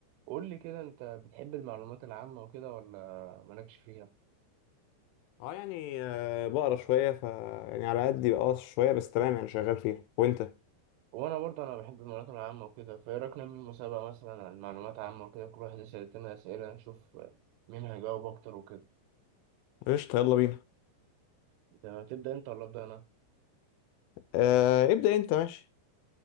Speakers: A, on the right (about 80°); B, on the left (about 85°).
A: قول لي كده انت بتحب المعلومات العامة وكده ولا مالكش فيها
B: اه يعني آه، بقرا شوية ف يعني على قدي اه شوية بس تمام يعني شغال فيها وانت
A: وانا برضه انا بحب المعلومات العامة وكده فايه رأيك نعمل مسابقة مثلا عن المعلومات العامة وكده كل واحد يسأل التاني أسئلة نشوف مين هيجاوب اكتر وكده
B: قشطة يلا بينا
A: تمام تبدأ انت ولا ابدأ انا
B: آه ابدأ انت ماشي